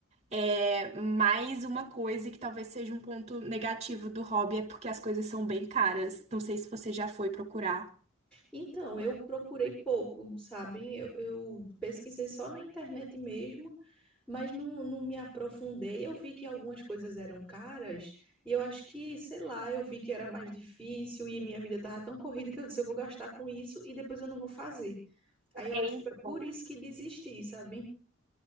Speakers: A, on the right (about 30°); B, in the centre.
A: É, mais uma coisa que talvez seja um ponto negativo do hobby é porque as coisas são bem caras. Não sei se você já foi procurar.
B: Então, eu procurei pouco, sabe? Eu, eu pesquisei só na internet mesmo, mas não, não me aprofundei. Eu vi que algumas coisas eram caras e eu acho que, sei lá, eu vi que era mais difícil e minha vida tava tão corrida que eu disse, eu vou gastar com isso e depois eu não vou fazer. Aí eu
A: É,
B: acho
A: então.
B: que foi por isso que desisti, sabe?